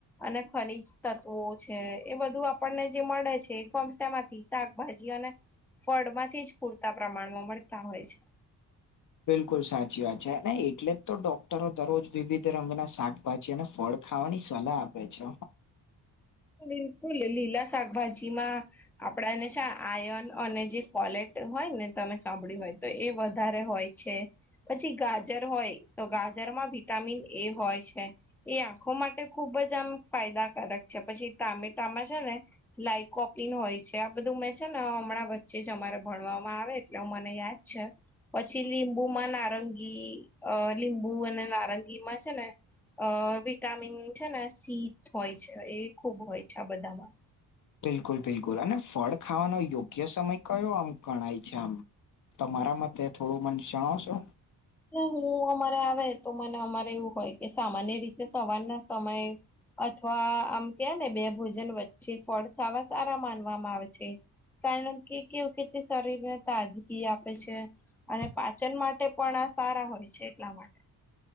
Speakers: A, in the centre; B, on the left (about 50°).
A: અને ખનીજ તત્વો છે, એ બધું આપણને જે મળે છે, એક વંશ માંથી શાકભાજી અને ફળ માંથી જ પૂરતા પ્રમાણમાં મળતા હોય છે.
B: બિલકુલ સાચી વાત છે, અને એટલે જ તો ડોક્ટરો દરરોજ વિવિધ રંગના સા ભાજી અને ફળ ખાવાની સલાહ આપે છે.
A: બિલકુલ, લીલા શાકભાજી માં આપડાને છે આયન અને જે ફોલેટ હોય ને, તમે સાંભળ્યું હોય તો, એ વધારે હોય. પછી, ગાજર હોય તો, ગાજર માં વિટામિન એ હોય છે. એ આંખો માટે ખુબ જ આમ ફાયદાકારક છે, પછી તામેટામાં છે ને લાઈકોપિન હોય છે, આ બધું મેં છે ને હમણાં વચ્ચે જ અમારે ભણવામાં આવે. એ મને યાદ છે. પછી, લીંબુમાં, નારંગી અ લીંબુ અને નારંગી માં છે ને અ વિટામિન છે ને, સી હોય છે, એ ખુબ હોય છે આ બધામાં
B: બિલકુલ, બિલકુલ. અને ફળ ખાવાનો યોગ્ય સમય કયો આમ ગણાય છે આમ? તમારા માટે થોડું મન જણાવશો?
A: હું અમારે આવે તો, મને અમારે એવું હોય કે સામાન્ય રીતે સવાર ના સમયે અથવા, આમ કે ને, બે ભોજન વચ્ચે ફળ ખાવા સારા માનવામાં આવે છે. કારણ કે, કેવું ખેતી શરીર ને તાજગી આપે છે. અને પાચન માટે પણ આ સારા હોય છે, એટલા માટે.